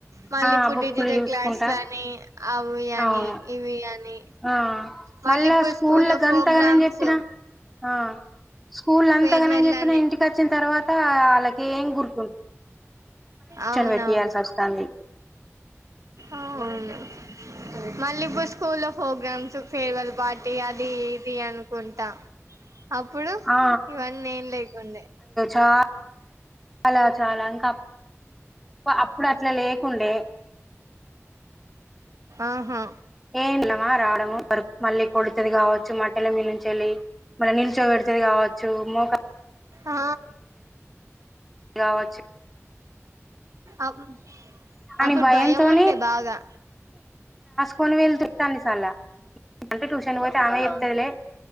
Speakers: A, on the right (about 90°); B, in the centre.
A: మళ్ళీ
B: ఆ
A: <unintelligible>
B: బుక్కులు
A: టీచర్
B: చూసుకుంటా
A: క్లాసులని అవు వియని
B: అవును
A: ఇవి అని
B: ఆ
A: మళ్ళీ
B: మళ్ళా
A: ఇప్పుడు
B: స్కూల్లో గంతగణం
A: ప్రోగ్రామ్స్
B: చెప్పినా ఆ స్కూల్లో అంతగానం
A: ఫేర్వెల్
B: చెప్పిన
A: అని
B: ఇంటికి వచ్చిన తర్వాత వాళ్ళకిఏం గుర్తు
A: అవునవును
B: పెట్టియాల్సి వస్తాంది
A: అవును మళ్ళీ ఇప్పుడు స్కూల్లో ప్రోగ్రామ్స్ ఫేర్వెల్ పార్టీ అది ఇది అనుకుంటా అప్పుడు
B: ఆ
A: ఇవన్నీ ఏం లేకుండే
B: నా చాలా చాలా ఇంకా పా అప్పుడు అట్ల లేకుండే
A: ఆహా
B: ఏం లమా రావడము పడు మళ్ళీ కొడుతుది కావచ్చు <inaudible> మీ చెల్లి మళ్ళీ నిల్చో పెడతాది కావచ్చు మోకా
A: ఆ
B: గావచ్చు
A: అప్
B: అని
A: అప్పుడు
B: భయంతోని
A: భయం ఉండే బాగా
B: కొని వెల్తురు <unintelligible> చాల అంటే ట్యూషన్ పోతే ఆమె చెప్తదిలే
A: ఉమ్,